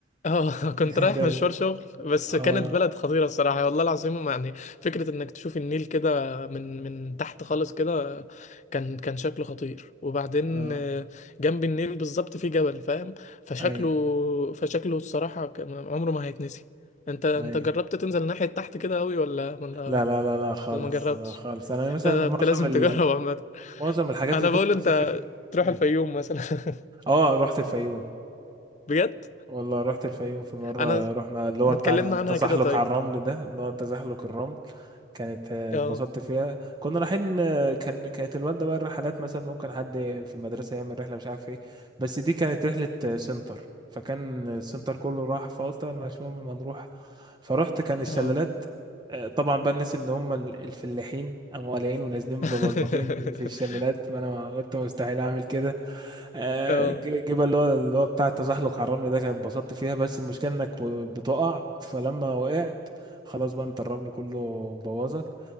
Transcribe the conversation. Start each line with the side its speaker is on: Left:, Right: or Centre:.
Left: آه، <laughs> كنت
Right: <laughs>
Left: رايح
Right: ده
Left: مشوار شغل بس
Right: اه
Left: كانت بلد خطيرة الصراحة والله العظيم يعني فكرة انك تشوف النيل كده من من تحت خالص كده كان كان شكله خطير وبعدين
Right: اه
Left: آه، جنب النيل بالظبط في جبل فاهم فشكله
Right: ايوه
Left: فشكله الصراحة كان- عمره ما هيتنسي انت انت
Right: ايوه
Left: جربت تنزل ناحية تحت كده قوي ولا ولا
Right: لا لا لا لا خالص
Left: ولا ما جربتش
Right: آه، خالص انا
Left: <laughs>
Right: مثلا
Left: لا لا
Right: معظم
Left: انت لازم
Right: ال...
Left: تجرب عامة
Right: معظم الحاجات
Left: انا
Right: اللي كنت
Left: بقول
Right: بسافر
Left: انت
Right: في-
Left: تروح
Right: قول
Left: الفيوم مثلا <laughs>
Right: اه رحت الفيوم
Left: بجد
Right: والله رحت الفيوم في مرة
Left: انا
Right: رحنا اللي هو
Left: ما
Right: بتاع
Left: اتكلمنا
Right: التزحلق
Left: عنها كده طيب
Right: على الرمل ده اللي هو تزحلق الرمل كانت آه،
Left: اه
Right: اتبسطت فيها كنا رايحين آه، كان كانت الوالدة بقى الرحلات مثلا ممكن حد في المدرسة يعمل رحلة مش عارف ايه بس دي كانت رحلة آه، سنتر فكان السنتر كله راح فقلت مش مهم ما نروح فرحت كان الشلالات
Left: اه
Right: آه، طبعا بقى الناس اللي هم ال- الفلاحين قاموا قالعين ونازلين
Left: <laughs>
Right: ببلبطين في الشلالات فانا ما قلت مستحيل اعمل كده آه،
Left: اه
Right: ج- جبل اللي هو اللي هو بتاع التزحلق على الرمل ده كانت اتبسطت فيها بس المشكله انك و- بتقع فلما وقعت خلاص بقى انت الرمل كله بوظك